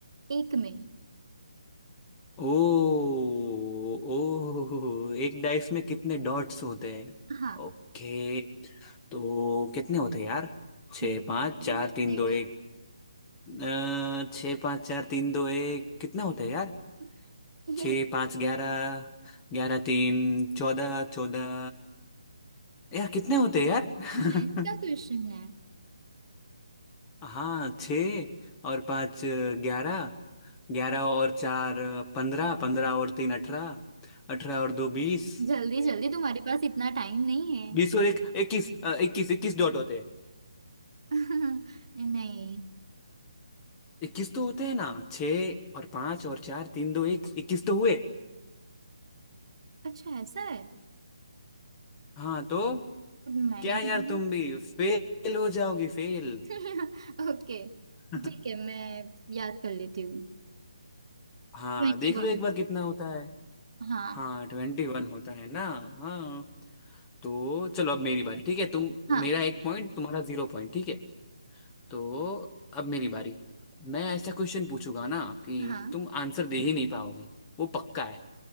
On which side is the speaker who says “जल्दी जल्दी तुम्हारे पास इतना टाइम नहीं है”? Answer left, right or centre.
Right